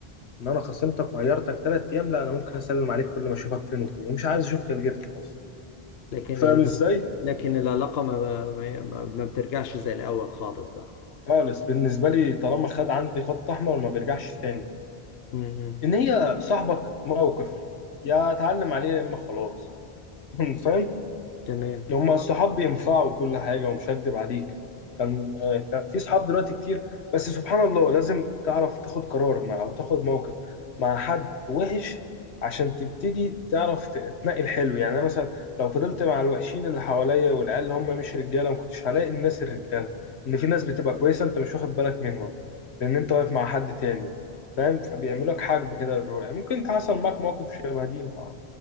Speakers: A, on the left; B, on the left.
A: إن أنا خصمتك وغيرتك تلات أيام لا أنا ممكن أسلم عليك كل ما أشوفك فين وفين ومش عايز أشوف خلقتك أصلا
B: لكن
A: فاهم
B: ال...
A: إزاي؟
B: لكن العلاقة ما... ما ما ما بترجعش زي الاول خالص بقى
A: خالص بالنسبة لي طالما خد عندي خط أحمر ما بيرجعش تاني
B: مم.
A: ان هي صاحبك موقف يا اتعلم عليه يا اما خلاص <laughs> فاهم
B: تمام
A: هما الصحاب بينفعوا كل حاجة ومش هكدب عليك كان آه، كان في صحاب دلوقتي كتير بس سبحان الله لازم تعرف تاخد قرار مع أو تاخد موقف مع حد وحش عشان تبتدي تعرف ت- تنقي الحلو يعني أنا مثلا لو فضلت مع الوحشين اللي حواليا والعيال اللي هم مش رجالة ما كنتش هلاقي الناس الرجالة إن في ناس بتبقى كويسة أنت مش واخد بالك منهم لأن أنت واقف مع حد تاني فاهم فبيعملوا لك حاجب كده للروح ممكن حصل معاك موقف شبه دي مع